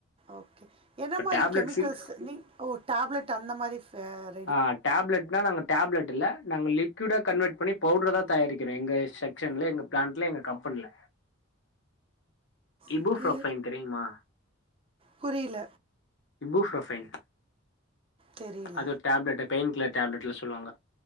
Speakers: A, on the right; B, on the left.
A: ஓகே என்ன
B: இப்ப
A: மாரி
B: டேப்லெட்
A: கெமிக்கல்ஸ்
B: ஃபீல்
A: நீ ஒ டேப்லெட் அந்த மாரி ஃபேர்
B: ஆ டேப்லெட்னா நாங்க டேப்லெட் இல்ல நாங்கள் லிக்விடா கன்வெர்ட் பண்ணி பவுட்ர தா தயாரிக்கிறோ எங்க செக்க்ஷன்ல எங்க பிளான்ட்ல எங்க கம்பெனில இபு
A: க்கு
B: புரோஃபைன் தெரியுமா
A: புரில
B: இபு புரோஃபைன்
A: தெரில
B: அது ஒரு டேப்லெட்டு பெயின் கில்லர் டேப்லெட்னு சொல்லுவாங்க